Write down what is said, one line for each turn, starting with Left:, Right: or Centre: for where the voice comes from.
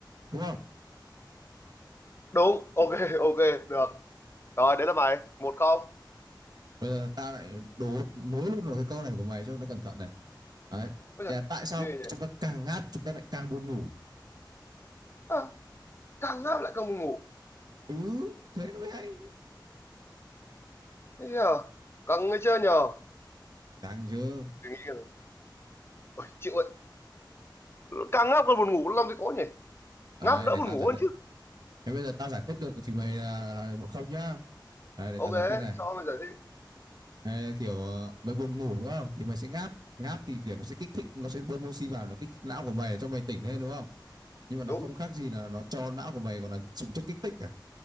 Right: đúng không
Left: Đúng, ok, <laughs> ok, được. Rồi, đấy là mày. Một không.
Right: bây giờ tao lại đố nối luôn vào cái câu này của mày cho nó cẩn thận này đấy
Left: Ôi giời,
Right: tại sao
Left: ghê nhỉ?
Right: chúng ta càng ngáp chúng ta lại càng buồn ngủ
Left: À, càng ngáp lại càng buồn ngủ.
Right: ừ thế nó mới hay
Left: Thế nhờ? Càng người chơi nhờ?
Right: đang chưa
Left: Thì nghĩ Ôi, chịu ơi càng ngáp còn buồn ngủ làm gì có nhỉ
Right: đấy
Left: ngáp đỡ
Right: để
Left: buồn
Right: tao
Left: ngủ
Right: giải
Left: hơn
Right: thích
Left: chứ
Right: thế bây giờ tao giải thích được thì mày à, một không nhá đấy để
Left: ok
Right: tao giải thích này
Left: cho bây giờ đi
Right: Ê, kiểu ờ, mày buồn ngủ đúng không thì mày sẽ ngáp ngáp thì kiểu nó sẽ kích thích nó sẽ bơm oxy vào nó kích thích não của mày để cho mày tỉnh lên đúng không nhưng mà nó
Left: đúng
Right: không khác gì là nó cho não của mày gọi là dùng chất kích thích cả